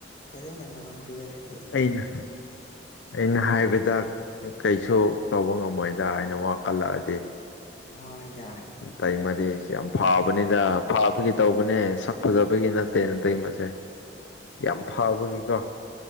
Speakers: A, on the left; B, on the left.
A: ꯐꯖꯅ ꯉꯍꯥꯡꯕꯤꯔꯔꯤꯗꯤꯦ
B: ꯑꯩꯅ ꯑꯩꯅ ꯍꯥꯏꯕꯗ ꯀꯩꯁꯨ ꯇꯧꯕ ꯉꯝꯃꯣꯏꯗ ꯑꯩꯅ ꯋꯥ ꯀꯜꯂꯛꯑꯗꯤ
A: ꯍꯣꯏꯗ
B: ꯇꯥꯏꯃꯗꯤ ꯁꯤ ꯌꯥꯝ ꯐꯥꯕꯅꯤꯗ ꯐꯥꯕꯒꯤ ꯇꯧꯕꯅꯦ ꯐꯖꯕꯒꯤ ꯅꯠꯇꯦꯅ ꯇꯩ ꯃꯁꯦ ꯌꯥꯝ ꯐꯕꯒꯤꯀꯣ